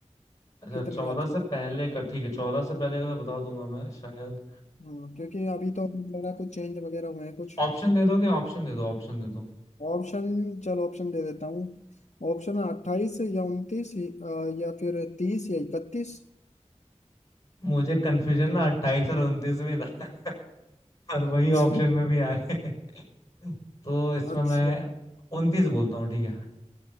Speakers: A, on the left; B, on the left.
A: अच्छा
B: कितने
A: चौदह
B: राज्य
A: से पहले
B: थे
A: का ठीक है चौदह से पहले का मैं बता दूंगा मैं शायद
B: हाँ क्योंकि अभी तो मुझे लग रहा है कुछ चेंज वगैरह हुए हैं कुछ
A: ऑप्शन दे दोगे ऑप्शन दे दो ऑप्शन दे दो
B: ऑप्शन चल ऑप्शन दे देता हूँ ऑप्शन है अट्ठाईस या उनतीस या फिर तीस या इकतीस
A: मुझे कंफ्यूजन ना अट्ठाईस और उनतीस में था और वही
B: <laughs>
A: ऑप्शन में भी आ गए <laughs> तो इसमें
B: अच्छा
A: मैं उनतीस बोलता हूँ ठीक है